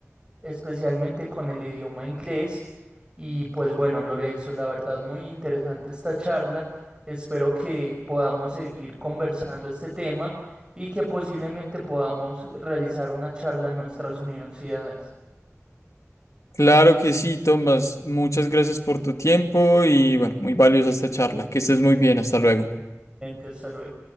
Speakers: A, on the right; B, on the left.
A: especialmente con el idioma inglés. Y pues bueno, Lorenzo, la verdad muy interesante esta charla. Espero que podamos seguir conversando este tema y que posiblemente podamos realizar una charla en nuestras universidades.
B: Claro que sí, Tomás, muchas gracias por tu tiempo y bueno, muy valiosa esta charla. Que estés muy bien, hasta luego.
A: Hasta luego.